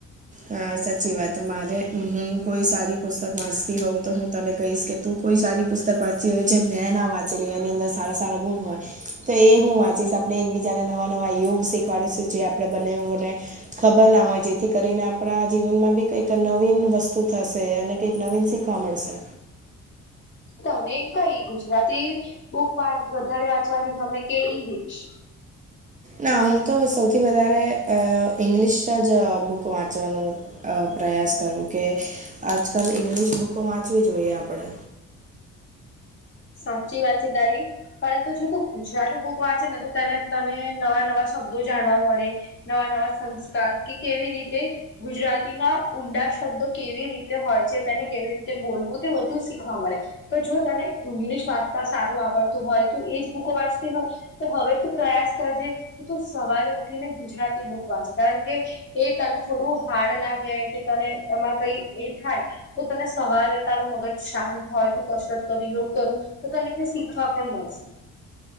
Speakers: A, on the right (about 25°); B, on the left (about 40°).
A: હા સાચી વાત મારે હું કોઈ સારી પુસ્તક વાંચતી હોઉ તો હું તને કહીશ કે તું કોઈ સારી પુસ્તક વાંચી હોય જે મેં ના વાંચેલી હોય એની અંદર સારા સારા ગુણ હોય તો એ હું વાંચીશ આપડે એક બીજા જેને નવા નવા યુગ શીખવાડે છે જે આપણે બને બને ખબર ના હોય જેથી કરીને આપણા જીવન માં બી કઈક નવીન વસ્તુ થશે અને કઈક નવીન શીખવા મળશે.
B: તને કઈ ગુજરાતી બુક વધારે વાંચવાની ગમે કે ઇંગ્લિશ
A: ના હું તો સૌથી વધારે ઇંગ્લિશ જ બુક વાંચવાનું અ પ્રયાસ કરું કે આજકાલ ઈંગ્લિશ બુકો વાંચવુ જોઈએ આપળે
B: સાચી વાત છે તારી પરંતુ જો ત ગુજરાતી બુ વાંચે ને તો તેને તને નવા નવા શબ્દો જાણવા મળે નવા નવા સંસ્કાર કે કેવી રીતે ગુજરાતીના ઊંડા શબ્દો કેવી રીતે હોય છે તેને કેવી રીતે બોલવું તે વધુ શીખવા મળે તો જો તને ઇંગ્લિશ વાંચતા સારું આવડતું હોય તો, એજ બુકો વાંચતી હોય તો, હવે તું પ્રયાસ કરજે. તો તું સવારે ઉઠીને, ગુજરાતી બુક વાંચે, કારણ કે એ તને થોડું હાર્ડ લાગે કે, તને એમાં કંઈ એ થાય. તો તને સવારે તારું મગજ શાંત હોય, તું કસરત કરી જો. કરું તો, તને તે શીખવા પણ મળશે.